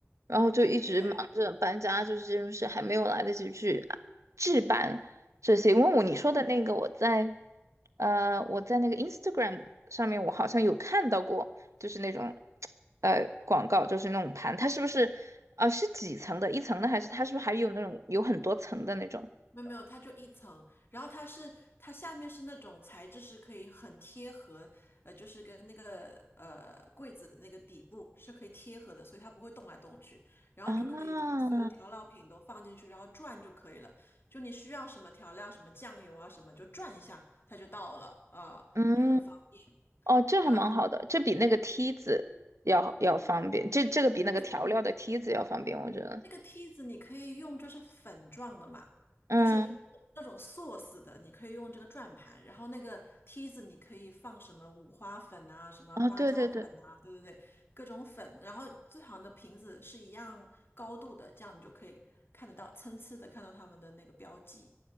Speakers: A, on the right; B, on the left.
A: 然后就一直忙着搬家，
B: 对，
A: 就是这种事还没有来得及去啊置办这些。因为我你说的那个，
B: 嗯，
A: 我在呃我在那个 Instagram 上面，我好像有看到过，就是那种呃广告，就是那种盘，它是不是呃是几层的，一层的还是它是不是还有那种有很多层的那种？
B: 没有没有，它就一层，然后它是它下面是那种材质是可以很贴合，呃，就是跟那个呃柜子的那个底部是可以贴合的，所以它不会动来动去，然后你就可以把所有的调料品都放进去，
A: 啊，
B: 然后转就可以了。就你需要什么调料，什么酱油啊什么，就转一下它就到了，啊、
A: 嗯，
B: 就很方便。
A: 哦，这还蛮好的，
B: 嗯，
A: 这比那个梯子要好要方便，这这个比那个调料的梯子要方便，
B: 会。
A: 我觉得。
B: 那个梯子你可以用，就是粉状的嘛，
A: 嗯，
B: 就是那种 sauce 的，你可以用这个转盘。然后那个梯子你可以放什么五花粉啊，什么花椒粉啊，
A: 啊，对对对，
B: 对对对，各种粉。然后最好的瓶子是一样高度的，这样你就可以看得到，参差的看到它们的那个标记。